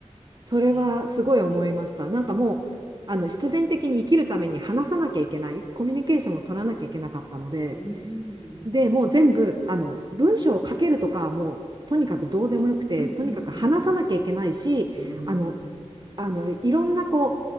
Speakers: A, on the right; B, in the centre.
A: それはすごい思いました。
B: え、
A: なんかもう、あの、必然的に生きるために話さなきゃいけない、コミュニケーションを取らなきゃいけなかったので、
B: うん、
A: で、もう全部、あの、文章を書けるとか、もう、とにかくどうでもよくて、
B: うん、う
A: とにかく話さなきゃいけないし、
B: ん、うん、うん、
A: あの、あの、いろんなこう、